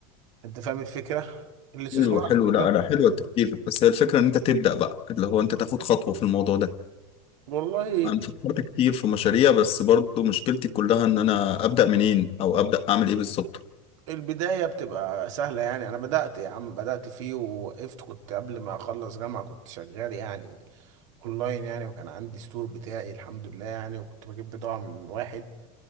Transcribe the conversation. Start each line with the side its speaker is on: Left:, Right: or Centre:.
Right: انت فاهم الفكرة الاستثمار
Left: حلو حلو لا
Right: عامة
Left: لا حلو التفكير بس هي الفكره ان انت تبدا بقى اللي هو انت تاخد خطوه في الموضوع ده
Right: والله
Left: انا فكرت كتير في مشاريع بس برضو مشكلتي كلها ان انا ابدا منين او ابدا اعمل ايه بالظبط
Right: البداية بتبقى سهلة يعني أنا بدأت يا عم بدأت فيه ووقفت كنت قبل ما أخلص جامعة كنت شغال يعني أونلاين يعني وكان عندي ستور بتاعي الحمد لله يعني وكنت بجيب بضاعة من واحد